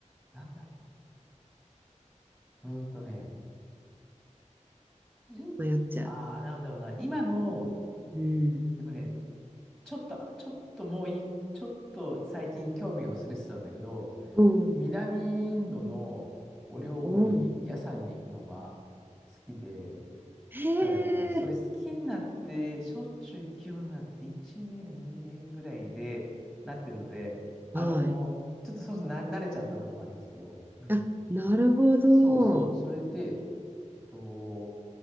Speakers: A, in the centre; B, on the right.
A: なんだろう。うーんとね、い、
B: 迷っちゃ
A: ああ、なんだろうな。今の、
B: う。うん。
A: でもね、ちょっと、ちょっともういい、ちょっと最近興味が薄れてたんだけど、
B: おー
A: 南インドのお料理屋さんに行くのが好きで、
B: おー、へ
A: ただね、それ好きになって、
B: え、
A: しょっちゅう行くようになって1年、2年ぐらいでなってるので、あの、
B: はい。
A: ちょっとそうそうな慣れちゃったところもありますけど、うん
B: あ、なるほど。
A: そうそう。それで、えっと、